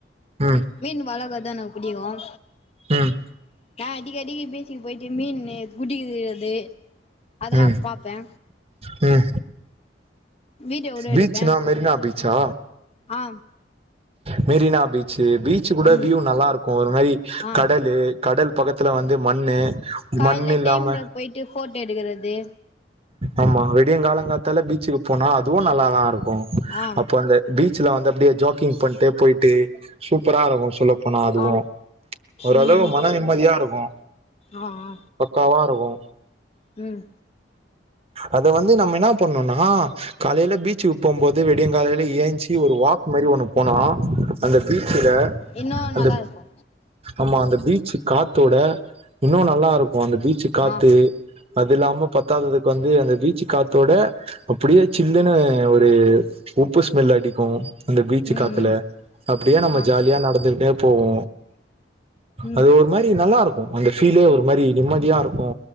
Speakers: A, on the right; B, on the left.
A: ம்
B: மீன் வளகத எனக் புடிக்கு
A: ம்
B: அடிக்கடிக்கி பீஜ்சிக்கு போயிட்டு மீன்னு புடிக்குது அது அதெல்லா
A: ம்
B: பாப்பே
A: ம்
B: வீடியோ கூட
A: பீச்னா
B: எடுப்பே
A: மெரினா பீச்சா
B: அ
A: மெரினா பீ ச்சு கூட
B: ம்
A: வியூ நல்லாருக்கு ஒரு மாரி
B: ஆ
A: கடலு கடல் பக்கத்துல வந்து மண்ணு
B: கால்ல
A: மண் இல்லாம
B: டைம்ல போயிட்டு போட்டோ எடுக்கறது
A: ஆமா விடியங் கால காத்தால பீஜ்சுக்கு போனா அதுவு நல்லாதா இருக்கு
B: ஆ
A: அப்போ அந்த பீ ஜ்சில வந்து அப்டியே ஜாக்கிங் பண்ட்டு போய்ட்டு சூப்பரா இருக்கு சொல்ல போனா அதுவு
B: ஆ
A: ஓரளவு
B: ம் ம்
A: மன நிம்மதியா இருக்கு
B: ஆ ஆ
A: பக்காவா இருக்கு
B: ம்
A: அத வந்து நம்ம என்னா பண்ணுனா காலைல பீச்சிக்கு போம்போது விடியங் காலைல ஏஞ்சி ஒரு வாக் மாரி ஒன்னு போனா அந்த பீச்சில
B: இன்னு
A: அந்த
B: நல்லா இருக்கு
A: ஆமா அந்த பீச்சி காத்தோட இன்னு நல்லாருக்கு அந்த பீச்சி காத்து
B: ஆ
A: அது இல்லாம பத்தாததுக்கு வந்து அந்த பீச்சி காத்தோட அப்டியே சில்லுன்னு ஒரு உப்பு ஸ்மெல் அடிக்கு அந்த பீச்சி
B: ம்
A: காத்துல
B: ம்
A: அப்டியே நம்ம
B: ஆ
A: ஜாலியா நடந்துகிட்டே போவோ
B: ம்
A: அது ஒரு மாரி நல்லாருக்கு அந்த ஃபீலே ஒரு மாரி நிம்மதியா இருக்கு